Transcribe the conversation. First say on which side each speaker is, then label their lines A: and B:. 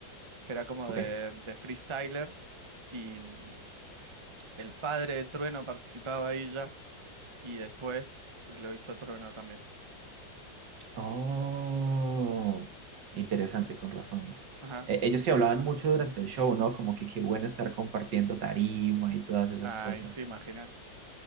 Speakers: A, on the right; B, on the right.
A: que era como
B: ok.
A: de, de freestylers, y mm, el padre de Trueno participaba ahí ya Y después lo hizo Trueno también.
B: Oh, interesante, con razón.
A: Ajá.
B: Eh, ellos se hablaban mucho durante el show, ¿no? Como que qué bueno estar compartiendo tarima y todas esas
A: Ay,
B: cosas.
A: sí, imagínate.